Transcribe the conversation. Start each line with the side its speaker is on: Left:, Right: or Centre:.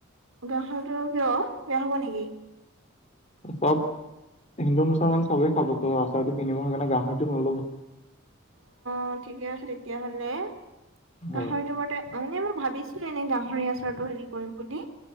Right: গাহৰিটো কিয় বেয়া হব নেকি?
Left: চব হিন্দু মুছলমান চবেই খাব তো আচাৰটো কিনিব। সেইকাৰণে গাহৰিটো নলব
Right: অঁ ঠিকে আছে তেতিয়াহলে
Left: হয়
Right: ত' সেইটো মতে- মানে মই ভাবিছিলো এনেই গাহৰি আচাৰটো হেৰি কৰিম বুলি